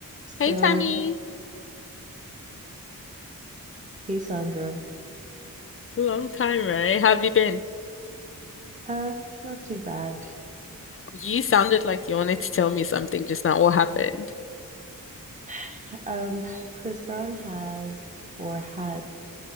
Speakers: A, on the right; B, on the left.
A: So,
B: Hey Tammy,
A: hey Sandra.
B: long time, right? Have you been?
A: Uh, not too bad.
B: You sounded like you wanted to tell me something just now. What happened?
A: <sighs> Um, Chris Brown has or had